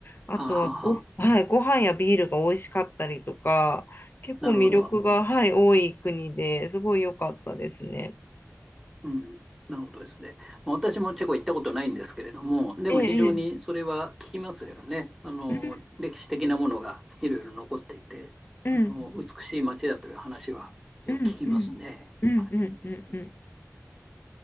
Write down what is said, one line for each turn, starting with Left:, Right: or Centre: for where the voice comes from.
Left: あとはご、
Centre: はあ、はあ、はあ。
Left: はい、ご飯やビールが美味しかったりとか、結構魅力が、
Centre: なるほど。
Left: はい、多い国ですごい良かったですね。
Centre: うん、うんなるほどですね。まあ私もチェコ行ったことないんですけれども、でも非常にそれは聞きますよね。
Left: ええ、
Centre: あの、
Left: ええ
Centre: 歴史的なものがいろいろ残っていて、
Left: うん、
Centre: あの、美しい街だという話はよく聞きますね。
Left: うん、うん、うん、
Centre: はい
Left: うん、うん、うん、うん。うん